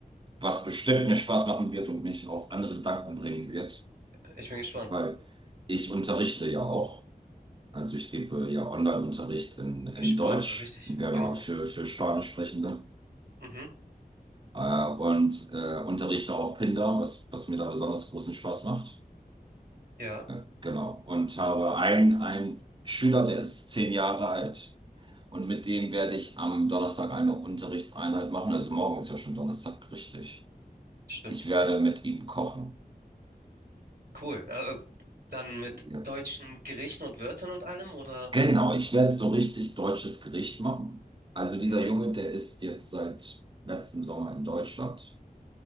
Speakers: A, on the right; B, on the right.
A: was bestimmt mir Spaß machen wird und mich auf andere Gedanken bringen wird.
B: Ich bin gespannt.
A: Weil ich unterrichte ja auch. Also ich gebe ja Online-Unterricht in, in
B: Sprache,
A: Deutsch,
B: richtig?
A: genau,
B: Genau.
A: für, für Spanischsprechende.
B: Mhm.
A: Äh, und äh, unterrichte auch Kinder, was, was mir da besonders großen Spaß macht.
B: Ja,
A: Äh, Genau. Und habe einen, einen Schüler, der ist zehn Jahre alt. Und mit dem werde ich am Donnerstag eine Unterrichtseinheit machen. Also morgen ist ja schon Donnerstag, richtig.
B: stimmt.
A: Ich werde mit ihm kochen.
B: Cool. Also dann mit
A: Ja.
B: deutschen Gerichten und Wörtern und allem oder?
A: Genau, ich werde so richtig deutsches Gericht machen. Also dieser
B: Mhm.
A: Junge, der ist jetzt seit letztem Sommer in Deutschland